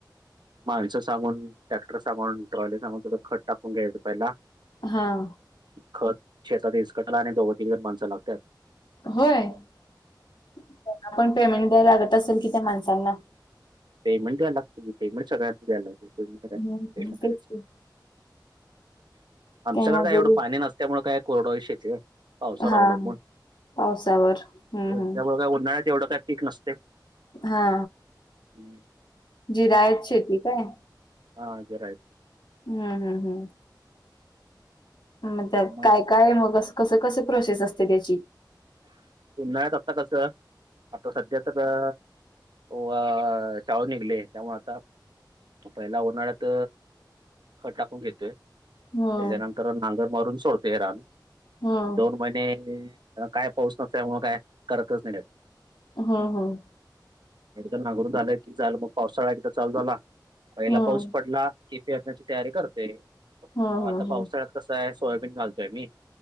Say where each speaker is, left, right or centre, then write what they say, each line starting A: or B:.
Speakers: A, on the right (about 70°); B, on the left (about 75°).
A: माणसं सांगून, ट्रॅक्टर सांगून, ट्रॉली सांगून तेवढं खत टाकून घ्यायचं पहिला.
B: हां.
A: खत शेतात इसकटायला आणि दोघ- तिघ जण माणस लागत्यात.
B: होय, त्यांना पण पेमेंट द्यायला लागत असेल कि त्या माणसांना.
A: पेमेंट द्यायला लागतय की, पेमेंट सगळ्यांना द्यायला लागतंय, पैमेटच काय,
B: हम्म
A: पेमेंट
B: तेच
A: हायच.
B: की
A: आमच्याकड
B: ते मजुरी
A: काय एवढं पाणी नसल्यामुळ काय कोरडवाहू शेती हाय. पावसावर
B: हा
A: अवलंबून.
B: हा पावसावर हम्म
A: त्यामुळे
B: हम्म
A: काय उन्हाळ्यात एवढं काय पीक नसतय.
B: हा.
A: <inaudible>
B: जिरायत शेती काय.
A: हां जिरायत.
B: हम्म- हम्म-हम्म. मग
A: त्यामुळे
B: त्यात काय काय मग अस कसं कसं प्रोसेस असते त्याची.
A: उन्हाळ्यात आता कसं, आता सध्या तर व शाळू निघलय त्यामुळं आता पहिला उन्हाळ्यात खत टाकून घेतोय.
B: हम्म
A: त्याच्यानंतर नांगर मारून सोडतय रान.
B: हं,
A: दोन महिने काय पाऊस नसल्यामुळ, काय करतच नाही त्यात.
B: हम्म-हम्म.
A: एकदा नांगरून झालं की झालं मग, पावसाळा एकदा चालू झाला, पहिला
B: हं.
A: पाऊस पडला. पीक पेरण्याची तयारी करतोय.
B: हं,
A: मग
B: हं,
A: आता
B: हं.
A: पावसाळ्यात कस आहे सोयाबीन घालतोय आम्ही.